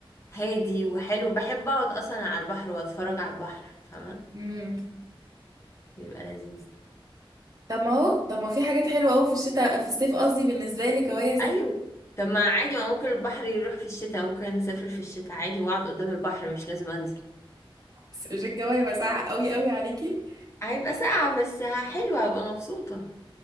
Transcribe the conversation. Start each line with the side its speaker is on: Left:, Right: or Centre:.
Left: هادي وحلو بحب اقعد اصلا على البحر واتفرج على البحر فاهمة
Right: امم
Left: بيبقى لذيذ
Right: طب ما هو طب ما في حاجات حلوه قوي في الشتاء في الصيف قصدي بالنسبه لك اهو يا ست
Left: ايوه طب ما عادي ما ممكن البحر يروح في الشتاء ممكن نسافر في الشتاء عادي واقعد قدام البحر مش لازم انزل
Right: مش الجو مساعة قوي قوي عليكي
Left: هيبقى ساقعة بس ه- حلوة هبقى مبسوطة